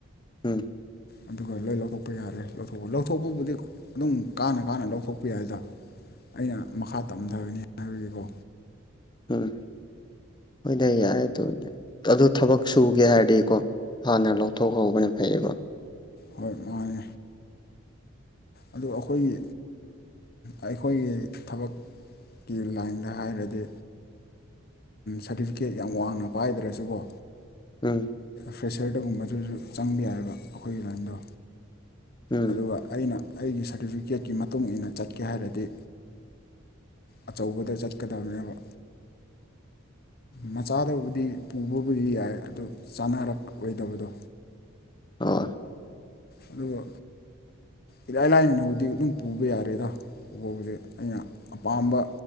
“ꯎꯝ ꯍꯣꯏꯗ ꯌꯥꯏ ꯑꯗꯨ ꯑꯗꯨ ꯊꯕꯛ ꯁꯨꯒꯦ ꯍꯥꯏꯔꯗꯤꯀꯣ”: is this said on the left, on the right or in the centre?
Left